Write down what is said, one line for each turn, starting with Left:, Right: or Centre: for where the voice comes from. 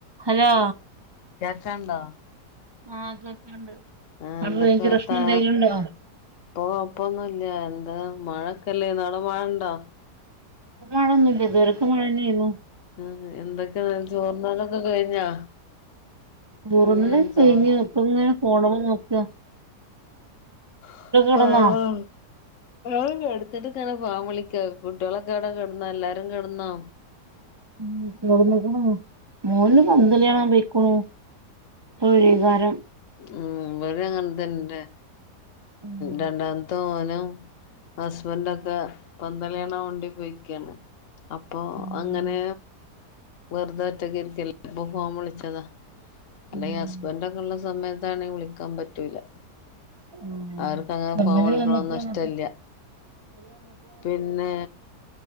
Right: Hello
Left: കേൾക്കാണ്ടോ?
Right: ആഹ് കേൾക്ക്ണ്ട്.
Left: ആ
Right: അവിടെ
Left: എന്തൊക്കെ
Right: റൈഞ്ച്
Left: വർത്താ
Right: പ്രശ്നെന്തെലുണ്ടോ?
Left: ഇപ്പൊ കൊഴപ്പൊന്നുല്ല എന്താ മഴൊക്കെല്ലേ ഇന്ന് ആടെ മഴ ഇണ്ടോ?
Right: ഇന്ന് മഴൊന്നു ഇല്ല ഇതുവരെക്കു മഴെ ന്നെന്നു.
Left: ഉം എന്തൊക്കെന്ന് ചോറ്ന്നലൊക്കെ കഴിഞ്ഞാ?
Right: ചോറുന്നലൊക്കെ
Left: ഉം ചോ
Right: കഴിഞ്ഞു. ഇപ്പോ ഇങ്ങനെ ഫോണുമ നോക്ക്.
Left: <unintelligible>
Right: കെടന്നോ
Left: ഞാൻ കെടന്ന്ട്ട്ങ്ങനെ ഫോൺ വിളിക്ക് കുട്ടികളൊക്കെ ഏടെ കെട്ന്ന എല്ലാരും കെട്ന്നോ?
Right: ഉം ചോറ് തിന്നക്ക്ണ്. മോന്
Left: ഉം
Right: പന്തളി കാണാൻ പൊയ്ക്ക്ണു. ഒരികാരം
Left: ഉം ഇവടെങ്ങൻതന്നെ
Right: ഉം
Left: രണ്ടാമത്തെ മോനും ഹസ്ബൻഡൊക്കെ പന്തളിയണ വണ്ടി പോയിക്കേണ് അപ്പൊ
Right: ഉം
Left: അങ്ങനെ വെറുതെ ഒറ്റക്കിരിക്കല്ലേ അപ്പൊ ഫോൺ വിളിച്ചതാ അല്ല
Right: ഉം
Left: ഹസ്ബൻഡൊക്കെ ഇള്ള സമയത്താണെ വിളിക്കാൻ പറ്റൂല
Right: ആഹ
Left: അവർക്ക്
Right: അങ്ങനെ
Left: ഫോൺ വിളിക്കണൊന്നും
Right: വന്നപ്പോഴ
Left: ഇഷ്ടല്ല
Right: <unintelligible>
Left: പിന്നെ